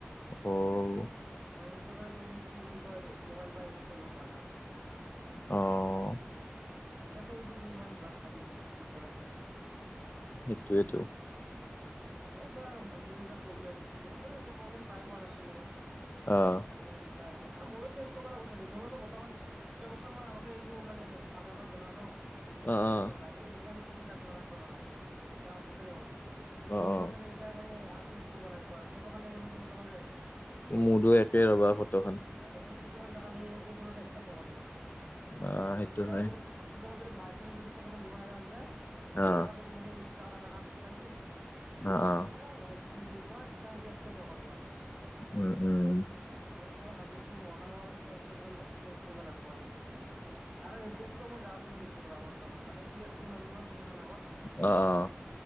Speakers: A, on the left; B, on the right.
A: অহ।
B: মানে সেইটো কাৰণে তুমি কি বুলি কয় মোবাইল বা এইবিলাকত কৰিব নোৱাৰা আৰু।
A: অহ।
B: তাকেতো এইটো ইমান জ্বত ভাবি আছো কি কৰা যায়।
A: সেইটোৱেটো।
B: <inaudible> এইটো আৰু ভণ্টিৰ এইবিলাক প্ৰব্লেম মোৰ বাৰু এইবিলাক প্ৰব্লেম পাই পোৱা নাছিলো।
A: অহ।
B: আৰু মোৰো চেঞ্জ কৰিবা লাগিব চাগে মোৰোতো বৰ্তমান ছয় বছৰ মান আগতে- এইটো মানে আধাৰ কাৰ্ড বনোৱা ন,
A: অ
B: এতিয়া
A: অ
B: ৰ পৰা এই- ইমানতে চাগে আধাৰ কাড বনোৱা, তো আত বছৰে হ'ল তে
A: অ
B: মোৰো
A: অ
B: চাগে- এতিয়া মানে আপড কৰিব লাগিব আৰু ফটো খানে সৰু সৰু কালৰে আছে।
A: মোৰো একে ৰবা ফটোখন।
B: অ সেই কিছুমান জাগাত এই ফটো একচেপ্ট নকৰোঁ মানে।
A: অ সেইটো
B: কেতিয়াবা
A: হয়
B: যদি কেতিয়াবা যদি বাইচেন্ঞ্চ যদি ফটোখন দিব লগা হৈ যায়
A: অ
B: আধাৰ কাৰ্ড- বোলে এইটো যাগাত আধাৰ কাডখন লাগিল,
A: অ
B: তাতে
A: অ
B: বোলে- কি বুলি কয় তেতিয়া সেইটো একচেপ্ট নকৰিব আৰু।
A: উম উম।
B: তই সেইয়াে ভাবিছো মহানগৰত চেঞ্জ কৰিব লাগিব আৰু। আৰু এড্ৰেছটো মই গাঁৱত দি থৈছো ৰবা বৰ্তমান মানে পি আৰ চি বনালো ন কেইদিনমান আগত।
A: অহ অহ।